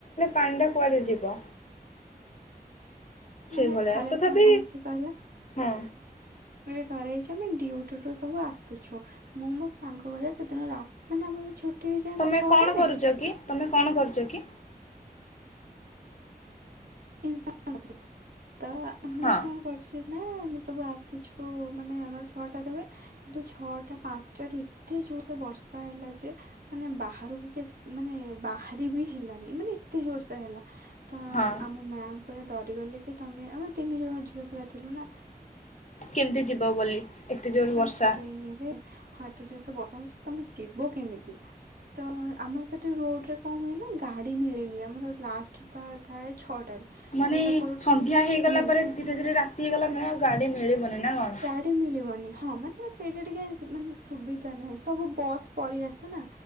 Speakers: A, on the left; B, on the right.
A: ପାଣିଟା କୁଆଡେ ଯିବ? ସେଇଭଳିଆ
B: ମାନେ ଥରେ
A: ତଥାପି
B: କଣ ହେଇଚି କହିଲ।
A: ହଁ
B: ବୋଲି ଧରେ ହେଇଚି ଆମେ ଡ୍ୟୁଟିରୁୁ ସବୁ ଆସୁଛୁ। ମୁଁ ମୋ ସାଙ୍ଗ ଘରେ ସେଦିନ ରା ମାନେ ଆମର ଛୁଟି ହେଇଯାଏ
A: ତମେ
B: ନା ଛଅଟାରେ।
A: କଣ କରୁଛ କି ତମେ କଣ କରୁଚି କି?
B: <unintelligible> ତ ଆମେ
A: ହଁ
B: କଣ କରୁଚୁ ନା ଆମେ ସବୁ ଆସିଛୁ ମାନେ ଆମର ଛଅଟାରେ ହୁଏ। କିନ୍ତୁ ଛଅଟା ପାଞ୍ଚଟାରୁୁ ଏତେ ଜୋରସେ ବର୍ଷା ହେଲା ଯେ ମାନେ ବାହାରକୁ କେ ମାନେ ବାହାରି ବି ହେଲାନି ମାନେ ଏତେ ଜୋରସେ ହେଲା ତ
A: ହଁ
B: ଆମ ମ୍ୟାାମ ପୁରା ଡରିଗଲେ କି ତମେ ଆମେ ତିନି ଜଣ ଝିଅ ପିଲା ଥିଲୁ ନା।
A: କେମିତି ଯିବ ବୋଲି। ଏତେ ଜୋର
B: <unintelligible>
A: ବର୍ଷା
B: ଇଏରେ ହଁ ଏତେ ଜୋରସେ ବର୍ଷା ହୋଉଚି ତମେ ଯିବ କେମିତି? ତ ଆମର ସେଠି ରୋଡରେ କଣ ହୁଏ ନା ଗାଡି ମିଳେନି ଆମର ଲାଷ୍ଟ ତ ଥାଏ ଛଅଟାରେ।
A: ମାନେ
B: ଛଅଟା ପରଠୁ
A: ସନ୍ଧ୍ୟା
B: ଆମେ
A: ହେଇଗଲା
B: ହୁଁ
A: ପରେ ଧୀରେ ଧୀରେ ରାତି ହେଇଗଲା ମାନେ ଆଉ ଗାଡି ମିଳିବନି ନା କଣ?
B: <unintelligible> ମିଳିବନି ହଁ ମାନେ ସେଇଟା ଟିକେ ମାନେ ସୁବିଧା ନାହିଁ ସବୁ ବସ୍ ପଳେଇ ଆସେ ନା